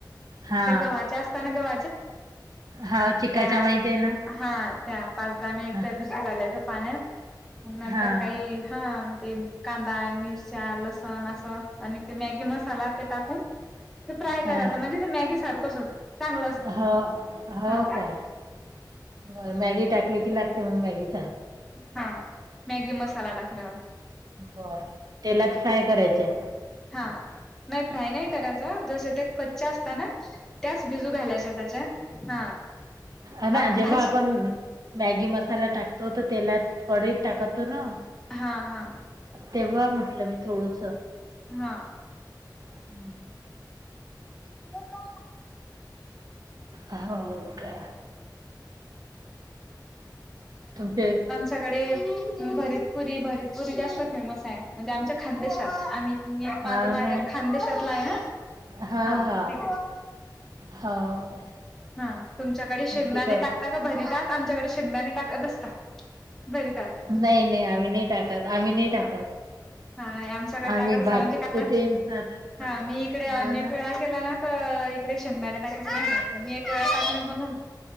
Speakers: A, on the right; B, in the centre.
A: हां
B: ते गव्हाच्या असताना गव
A: हो चिकाच्या
B: त्या
A: माहिती आहे ना
B: हा त्या पाच दहा मिनिट
A: हां
B: त्या भिजत घालायच्या पाण्यात मग नंतर
A: हां
B: काही हा तेन कांदा आहे मिरच्या लसण असं आणि ते मॅगी मसाला ते टाकून ते फ्राय करायच
A: हां.
B: म्हणजे ते मॅगी सारखंच होत. चांगलं
A: हो हो
B: हा
A: काय बर मॅगी टाकली की लागते मग मॅगी सारखं?
B: हा मॅगी मसाला टाकल्यावर.
A: बर तेलात फ्राय करायचे?
B: हा नाही फ्राय नाही करायचा जस ते कच् असत ना त्याच बिजू घालायच्या त्याच्या हा
A: अ ना
B: भाजी
A: जेव्हा आपण मॅगी मसाला टाकतो तर तेलात कडईत टाकतो ना?
B: हा हा
A: तेव्हा म्हटलं मी थोडस.
B: हा
A: हम्म <inaudible>
B: ल का <unintelligible> <inaudible>
A: हो का तुमचे <unintelligible>
B: सगडे भरीतपुरी भरीतपुरी जास्त फेमस आहे. म्हणजे आमच्या खानदेशात आम्ही
A: हां
B: माझं माहेर
A: ना.
B: खानदेशातला आहे ना.
A: हां,
B: हा
A: हां.
B: ते.
A: हो. काय
B: हा तुमच्याकडे शेदाणे
A: तिखट
B: टाकता का भरीतात आमच्याकडे शेदाने टाकत असता. भरीतात
A: नाही नाही आम्ही नाही टाकत आम्ही नाही टाकत.
B: हा हा आमच्याकडे
A: आम्ही
B: टाकत असा
A: भाजतो
B: म्हणजे का
A: ते अन् साधंच
B: हा
A: करतो.
B: मी
A: हो
B: इकडे अनेक
A: ना,
B: वेळा केला ना. त इकडे शेंगदाणे टाकायचं नाही पण मी एक टाकलं हो ना.